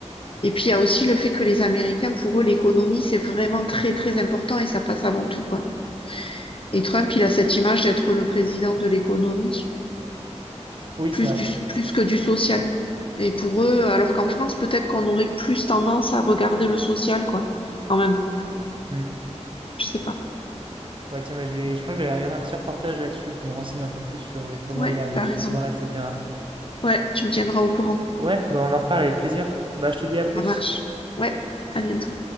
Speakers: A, on the left; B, on the right.
A: Et puis il y a aussi le fait que les Américains, pour eux, l'économie, c'est vraiment très, très important et ça passe avant tout, quoi. Et Trump, il a cette image d'être le président de l'économie,
B: Oui,
A: plus
B: c'est vrai.
A: du, plus que du social. Et pour eux, alors qu'en France, peut-être qu'on aurait plus tendance à regarder le social, quoi, quand même.
B: Hmm.
A: Je sais pas.
B: Ouais, tiens, bah, je vais, je pense que je vais aller regarder un petit reportage là-dessus pour me renseigner un peu plus sur euh, comment
A: Ouais,
B: il est arrivé
A: t'as raison.
B: au pouvoir, etc.
A: Ouais, tu me tiendras au courant.
B: Ouais, bah, on en reparle avec plaisir. Bah, je te dis à plus.
A: Ça marche. Ouais, à bientôt.